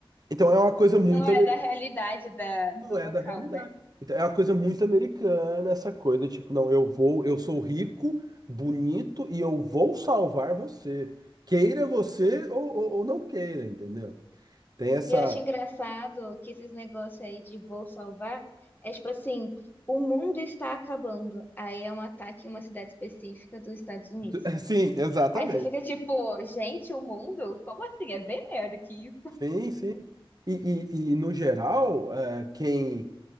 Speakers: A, on the right; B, on the left.
A: então é uma coisa muito
B: Não é
A: americana,
B: da realidade da,
A: não
B: do
A: é
B: local,
A: da realidade.
B: né?
A: Então, é uma coisa muito americana essa coisa, tipo, não, eu vou, eu sou rico, bonito e eu vou salvar você. Queira você ou, ou ou não queira, entendeu? Tem essa.
B: E eu acho engraçado que esses negócios aí de vou salvar é tipo assim, o mundo está acabando. Aí é um ataque em uma cidade específica dos Estados Unidos.
A: <laughs> Sim, exatamente.
B: Aí você fica tipo, gente, o mundo? Como assim? É bem melhor do que isso.
A: Sim, sim. E, e, e, no geral, eh, quem,